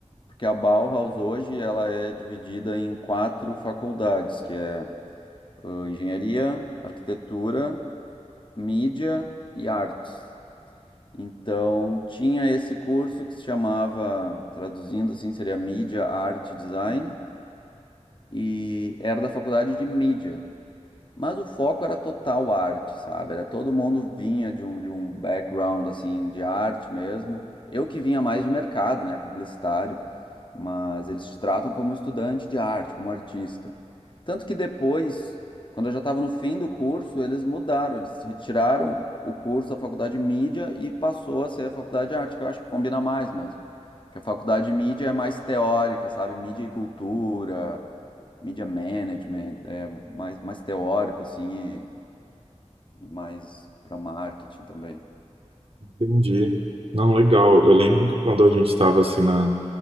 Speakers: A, on the left; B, on the right.
A: porque a Bauhaus hoje ela é dividida em quatro faculdades, que é ãh, engenharia, arquitetura, mídia e artes. Então tinha esse curso que se chamava, traduzindo assim, seria mídia, arte, e design, e era da faculdade de mídia. Mas o foco era total arte, sabe? Era todo mundo vinha de um, de um background assim de arte mesmo. Eu que vinha mais de mercado, né? Publicitário. mas eles te tratam como um estudante de arte, como artista. Tanto que depois, quando eu já estava no fim do curso, eles mudaram, eles retiraram o curso da faculdade de mídia e passou a ser a faculdade de arte, que eu acho que combina mais mesmo. Que a faculdade de mídia é mais teórica, sabe? Mídia e cultura, mídia management, é mais, mais teórico, assim, e, e mais para marketing também.
B: Entendi. Não, legal. Eu lembro que quando a gente estava assim na